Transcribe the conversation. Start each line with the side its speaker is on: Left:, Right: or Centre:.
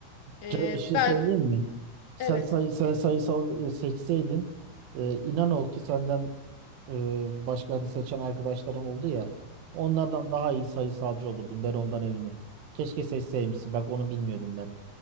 Left: Ee,
Right: Canım bir şey
Left: ben,
Right: söyleyeyim mi? Sen,
Left: evet.
Right: say sen sayısal e, seçseydin e, inan ol ki senden e, başka hani seçen arkadaşlarım oldu ya onlardan daha iyi sayısalcı olurdun ben ondan eminim. Keşke seçseymişsin bak onu bilmiyordum ben.